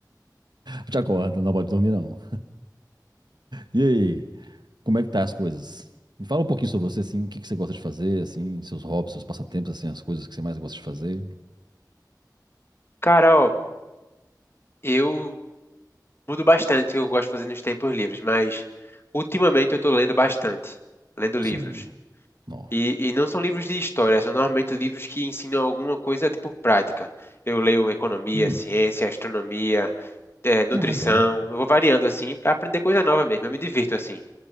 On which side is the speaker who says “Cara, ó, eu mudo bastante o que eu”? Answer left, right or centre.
Left